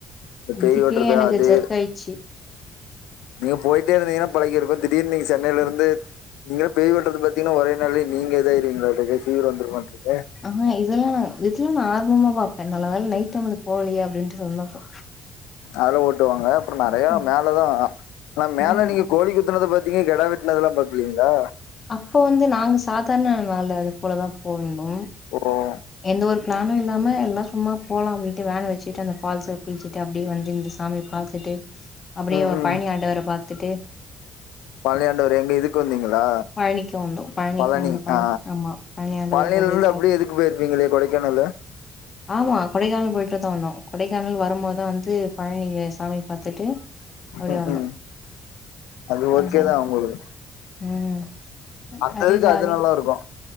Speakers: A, on the left; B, on the left.
A: இந்த பேய்
B: இதுக்கே
A: ஓட்றது
B: எனக்கு
A: அது
B: ஜெர்க் ஆயிடுச்சு
A: நீங்க போய்ட்டே இருந்தீங்கனா பழகிருக்கு திடீர்னு நீங்க சென்னைல இருந்து நீங்களா பேய் ஓட்றது பாத்தீங்னா ஒரே நாள்லே நீங்க இதாய்வீங்ளோ ஓட்ட போய் தீவிரோ வந்துருவோன்றது
B: ஆ இதெல்லா நா இதெல்லா நா ஆர்வமா பாப்ப நல்ல வேல நைட்டு நம்மளுக் போகலையா அப்டின்ட்டு சந்தோஷோ
A: அதுலா ஓட்டுவாங்க அப்புறோ நெறையா
B: ம்
A: மேலதா ஆனா மேல
B: ம்
A: நீங்க கோழி குத்துனத பாத் தீங்க கெடா வெட்டினதுலா பாத்துருக்கிங்ளா
B: அப்போ வந்து நாங்க சாதார்ண வாழ்ந்த அது போலதா போயிர்ந்தோ
A: ஓருவா
B: எந்த ஒரு பிளானு இல்லாம எல்லா சும்மா போலா அப்டின்ட்டு வேன் வச்சுட்டு அந்த ஃபால்ஸூ குளிச்சிட்டு அப்டியே வந்து இந்த சாமி பாத்துட்டு அப்புடியேவு
A: ம் ம்
B: பழணியாண்டவர பாத்துட்டு
A: பழணியாண்டவரு எங்க இது க்கு வந்தீங்ளா
B: பழனிக்கு வந்தோ பழனிக்கு
A: பழனி
B: வந்து
A: ஆ
B: ஆமா பழனி ஆண்டவர
A: பழனில இருந்து அப்டியே
B: பாத்
A: இது க்கு போய்ர்ப்பீங்களே கொடைக்கானலு
B: ஆமா கொடைக்கானல் போய்ட்டுதா வந்தோ கொடைக்கானல் வரும்போதா வந்து பழனி இங்கு சாமி பாத்துட்டு அப்டியே
A: ம்
B: வந்தோ
A: ம் அது ஓகே
B: அதா
A: தா உங்குளுக்கு
B: ம்
A: அந்த
B: அப்டியே
A: இதுக்கு
B: ஜாலியா
A: அது நல்லா இருக்கு